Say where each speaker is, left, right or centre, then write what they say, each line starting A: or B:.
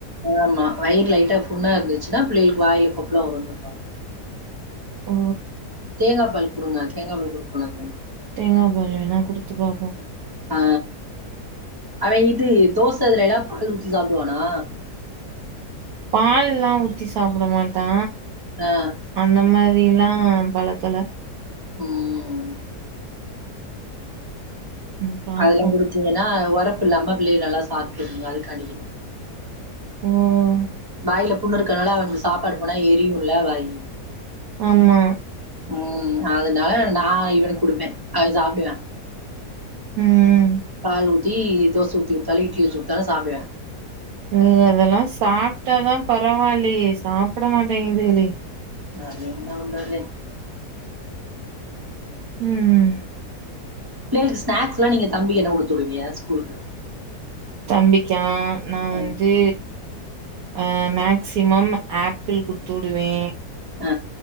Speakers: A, on the right (about 15°); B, on the right (about 70°).
A: ஆமா வயிர் லைட்டா புண்ணா இருந்துச்சுன்னா பிள்ளைகளுக்கு வாயில கொப்பல வருஞ் சொல்லுவாங்க
B: ஓ
A: தேங்காபால் குடுங்க தேங்காபால் குடுக்கணது
B: தேங்காபால் வேணா குடுத்து பாபோ
A: ஆ அவே இது தோச இதுல எல்லா பால் ஊத்தி சாப்புடுவானா
B: பால்ல்லா ஊத்தி சாப்பிட மாட்டா
A: ஆ.
B: அந்த மாரி ரியல்லா பழக்க இல்ல
A: ம்
B: ம் பாப்போ
A: அதெல்லா குடுச்சிங்கன்னா உரப் ப் இல்லாம பிள்ளைக நல்லா சாப்பிட்டுருக்குங்க அது காண்டி கேக்குறே
B: ம்
A: வாயில புண்ணு இருக்கனால அவனுக்கு சாப்பாடு போனா எரியுல்ல வாயி
B: ஆமா
A: ம் அதனால நா இவனுக்கு குடுப்பே அவன் சாப்புடுவியா
B: ம்
A: பால் ஊத்தி தோச ஊத்தி குத்தாலு இட்லி ஊத்தி குத்தாலு சாப்பிடுவேயா
B: ம் அதெல்லா சாப்ட்டாதா பரவாயில்லையே சாப் ப்பட மாட்டேங்கதுகளே
A: அது இன்ன உன்டலே
B: ம் ம்
A: பிள்ளைளுக்கு ஸ்நாக்ஸ்ல்லா நீங்க தம்பிக்கு என்ன குடுத்துவுடுவிய ஸ்கூலுக்கு
B: தம்பிக்கா நா வந்து
A: ம்
B: அ மேக்சிமம் ஆப்பிள் குடுத்துவுடுவே
A: ஆ